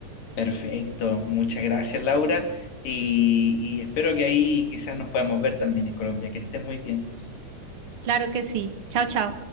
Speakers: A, on the left; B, on the right.
A: Perfecto, muchas gracias Laura y, y espero que ahí quizás nos podamos ver también en Colombia. Que estés muy bien.
B: Claro que sí. Chao, chao.